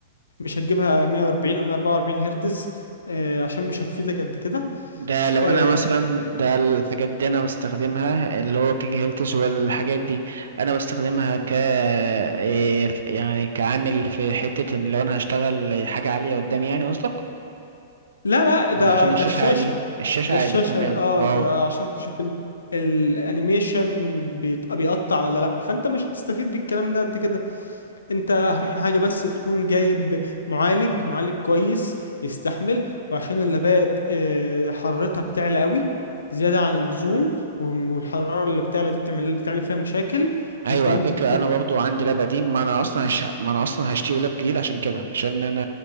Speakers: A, on the left; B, on the right.
A: مش هتجيبها 140 او 144 هرتز آه، عشان مش هتفيدك قد كده
B: ده لو
A: آه،
B: انا مثلا ده الحاجات دي انا بستخدمها اللي هو كيك هيلتش والحاجات دي انا بستخدمها ك إيه ف- يعني كعامل في حتة ان لو انا هشتغل حاجة عالية قدامي يعني قصدك
A: لا لا ده
B: ولا عشان
A: ده
B: الشاشة
A: الشاشة
B: عادي الشاشة
A: ده
B: عادي
A: الشاشة
B: تمام
A: اه
B: اه
A: ده عشان تشوف ال- الانيميشن بيت- بيقطع ولا لا فانت مش هتستفيد بالكلام ده قد كده انت اهم حاجة بس تكون جايب معالج معالج كويس يستحمل وعشان اللابات آه، حرارتها بتعلى قوي زيادة عن اللزوم وم- والحرارة اللي بتعلى دي بتعمل بتعمل فيها مشاكل فانت
B: ايوه
A: ممكن
B: على فكرة
A: تجيب
B: انا برضو عندي لاب قديم ما انا اصلا هش... ما انا اصلا هشتري لاب جديد عشان كده عشان انا